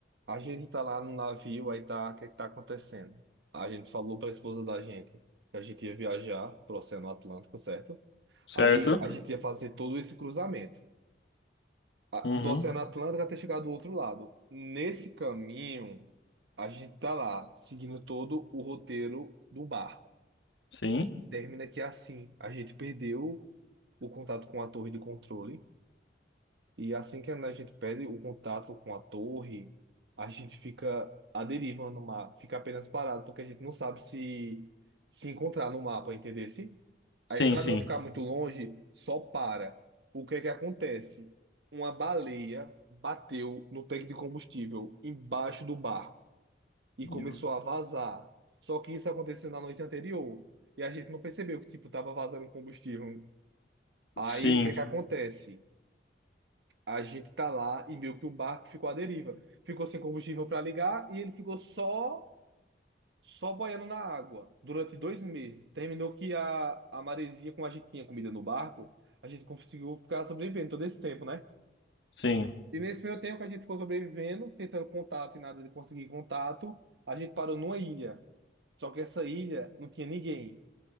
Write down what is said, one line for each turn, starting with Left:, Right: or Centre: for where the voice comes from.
Right: A gente tá lá no navio, aí tá, o que é que tá acontecendo? A gente falou pra esposa da gente que a gente ia viajar pro Oceano Atlântico, certo?
Left: Certo?
Right: Aí a gente ia fazer todo esse cruzamento a-
Left: Uhum.
Right: do Oceano Atlântico até chegar do outro lado. Nesse caminho, a gente tá lá seguindo todo o roteiro do barco.
Left: Sim.
Right: Termina que é assim, a gente perdeu o contato com a torre de controle. E assim que a gente perde o contato com a torre, a gente fica à deriva no mar, fica apenas parado, porque a gente não sabe se se encontrar no mapa, entendeu?
Left: Sim,
Right: Aí, para
Left: sim.
Right: não ficar muito longe, só para. O que é que acontece? Uma baleia bateu no tanque de combustível embaixo do barco e começou
Left: E o-
Right: a vazar. Só que isso aconteceu na noite anterior e a gente não percebeu que tipo tava vazando combustível. Aí,
Left: Sim,
Right: o que é que acontece? A gente tá lá e meio que o barco ficou à deriva. Ficou sem combustível para ligar e ele ficou só só boiando na água durante dois meses. Terminou que a, a maresia, como a gente tinha comida no barco, a gente conseguiu ficar sobrevivendo todo esse tempo, né?
Left: sim.
Right: E nesse meio tempo que a gente ficou sobrevivendo, tentando contato e nada de conseguir contato, a gente parou numa ilha. Só que essa ilha não tinha ninguém.